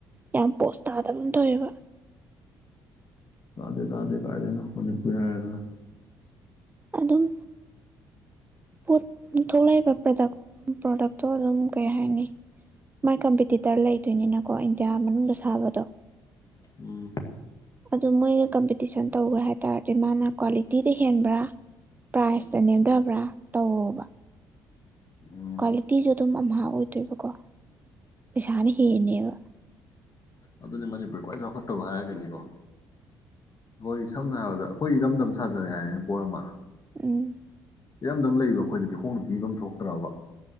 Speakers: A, on the right; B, on the left.
A: ꯌꯥꯝ ꯄꯣꯁ ꯇꯥꯗꯕ ꯑꯃ ꯇꯧꯋꯦꯕ
B: ꯇꯥꯗꯦ ꯇꯥꯗꯦ ꯀꯥꯏꯗꯩꯅꯣ ꯃꯅꯤꯄꯔꯦ ꯍꯥꯢꯔꯦꯗꯅ
A: ꯑꯗꯨꯝ ꯄꯣꯠ ꯊꯣꯛꯂꯛꯏꯕ ꯄ꯭ꯔꯗꯛ ꯄ꯭ꯔꯗꯛꯇꯣ ꯑꯗꯨꯝ ꯀꯩ ꯍꯥꯏꯅꯤ ꯃꯥꯏ ꯀꯝꯄꯤꯇꯤꯇꯔ ꯂꯩꯗꯣꯏꯅꯤꯅꯀꯣ ꯏꯟꯗꯤꯌꯥ ꯃꯅꯨꯡꯗ ꯁꯥꯕꯗꯣ
B: ꯎꯝ
A: ꯑꯗꯨ ꯃꯣꯏꯒ ꯀꯝꯄꯤꯇꯤꯁꯟ ꯇꯧꯒꯦ ꯍꯥꯏꯇꯥꯥꯔꯗꯤ ꯃꯥꯅ ꯀ꯭ꯋꯥꯂꯤꯇꯤꯗ ꯍꯦꯟꯕ꯭ꯔꯥ ꯄ꯭ꯔꯥꯏꯖꯇ ꯅꯦꯝꯊꯕ꯭ꯔꯥ ꯇꯧꯔꯣꯕ
B: ꯎꯝ
A: ꯀ꯭ꯋꯥꯂꯤꯇꯤꯁꯨ ꯑꯗꯨꯝ ꯑꯝꯍꯥ ꯑꯣꯏꯗꯣꯏꯕꯀꯣ ꯄꯩꯁꯥꯅ ꯍꯦꯟꯅꯦꯕ
B: ꯑꯗꯨꯅꯦ ꯃꯅꯤꯄꯨꯔ ꯈ꯭ꯋꯥꯏ ꯆꯥꯎꯈꯠꯇꯕ ꯍꯥꯏꯔꯒꯗꯤꯀꯣ ꯑꯈꯣꯏꯒꯤ ꯁꯝꯅ ꯍꯥꯏꯔꯕꯗ ꯑꯩꯈꯣꯏ ꯏꯔꯝꯗꯝ ꯁꯥꯖꯔꯦ ꯍꯥꯏꯔꯦꯅꯦ ꯄꯣꯠ ꯑꯃ
A: ꯎꯝ
B: ꯏꯔꯝꯗꯝ ꯂꯩꯕ ꯑꯩꯈꯣꯏꯗꯗꯤ ꯈꯣꯡꯅ ꯄꯤꯚꯝ ꯊꯣꯛꯇ꯭ꯔꯕ